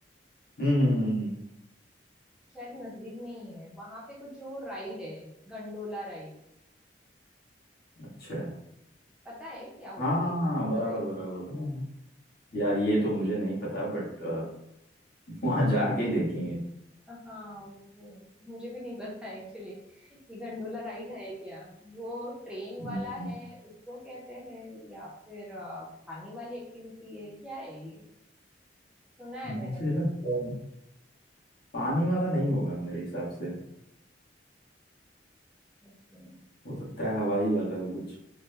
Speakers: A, on the left (about 55°); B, in the centre.
A: हम्म हम्म हम्म, हम्म,
B: शायद नजदीक में ही है वहां पे कुछ वो राइड है गंडोला राइड
A: अच्छा
B: पता है क्या होती
A: हाँ हाँ
B: है
A: हाँ,
B: गंडोला
A: हाँ, बराबर बराबर बराबर यार ये तो मुझे नहीं पता बट वहां <laughs> जाके ही देखेंगे
B: हाँ वो मुझे भी नहीं पता एक्चुअली कि गंडोला राइड है क्या वो ट्रेन
A: हम्म,
B: वाला है उसको कहते हैं या फिर अ, पानी वाली एक्टिविटी है क्या है ये सुना है
A: मुझे
B: मैंने
A: लगता
B: बस
A: है पानी वाला नहीं होगा मेरे हिसाब से
B: हम्म,
A: हो सकता है हवाई वाला हो कुछ